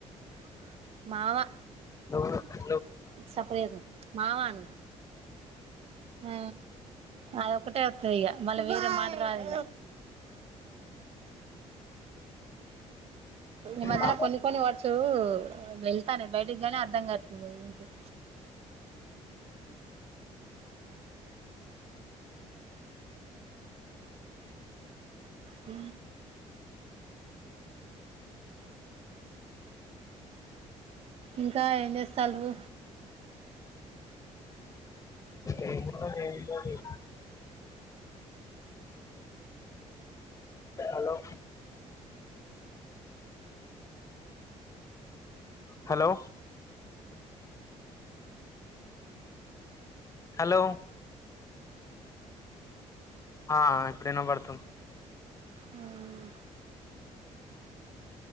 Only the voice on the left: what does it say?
ను
పాప
ఏముందో ఏమిటో నీకు. హలో హలో హలో ఆ ఎప్పుడైనా పడతాం.